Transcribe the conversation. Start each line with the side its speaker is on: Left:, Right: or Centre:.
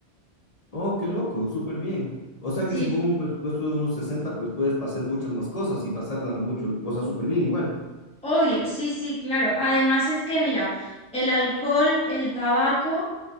Left: Oh, qué loco, súper bien. O sea
Centre: Sí,
Left: que si pongo un presupuesto de unos 60, pues puedes hacer muchas más cosas y pasarla mucho, o sea, súper bien igual.
Centre: obvio, sí, sí, claro. Además es que mira, el alcohol, el tabaco,